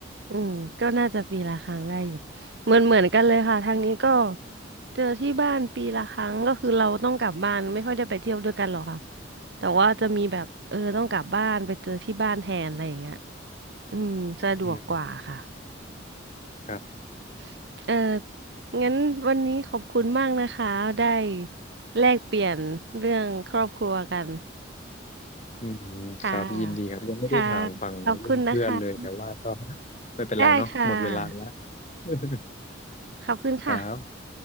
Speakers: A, on the right (about 60°); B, on the left (about 35°).
A: อืมก็น่าจะปีละครั้งได้อยู่ เหมือนเหมือนกันเลยค่ะทางนี้ก็เจอที่บ้านปีละครั้งก็คือเราต้องกลับบ้านไม่ค่อยได้ไปเที่ยวด้วยกันหรอกค่ะแต่ว่าจะมีแบบเออต้องกลับบ้านไปเจอที่บ้านแทนอะไรอย่างเงี้ยอืมสะดวกกว่าค่ะ
B: อืมครับ
A: <coughs> เอองั้นวันนี้ขอบคุณมากนะคะได้แลกเปลี่ยนเรื่องครอบครัวกัน
B: อืม
A: ค่ะ
B: ครับ ยินดีครับ ยังไม่ได้ถามฝั่งเรื่องเพื่อนเลยแต่ว่าก็
A: ค่ะ ขอบคุณนะคะ
B: ไม่เป็นไรเนาะหมดเวลาแล้ว
A: ได้ค่ะ
B: <laughs>
A: ขอบคุณค่ะ
B: ครับ